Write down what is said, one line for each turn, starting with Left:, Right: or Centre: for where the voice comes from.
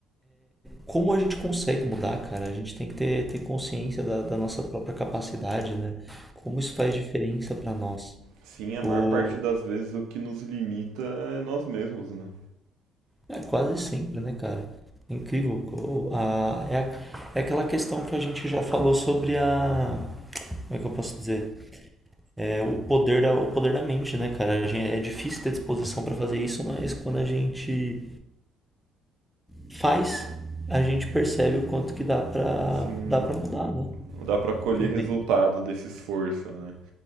Centre: como a gente consegue mudar, cara? A gente tem que ter, ter consciência da, da nossa própria capacidade, né? Como isso faz diferença pra nós.
Right: Sim, a maior
Centre: O,
Right: parte das vezes o que nos limita é nós mesmos, né?
Centre: é quase sempre, né, cara? É incrível. o- a- é, a- é aquela questão que a gente já falou sobre a. Como é que eu posso dizer? É o poder da, o poder da mente, né, cara? A gente, é difícil ter disposição pra fazer isso, mas quando a gente faz, a gente percebe o quanto que dá pra,
Right: Sim.
Centre: dá pra mudar, né?
Right: dá para colher
Centre: Pro bem.
Right: resultado desse esforço, né?